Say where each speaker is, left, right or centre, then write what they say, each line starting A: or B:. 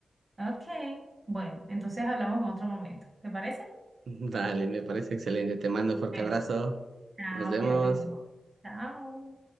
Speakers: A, on the right; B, on the right.
A: Ok. Bueno, entonces hablamos en otro momento. ¿Te parece?
B: Dale, me parece excelente. Te mando un fuerte
A: Bueno,
B: abrazo.
A: chao,
B: Nos vemos.
A: cuídate mucho. Chao.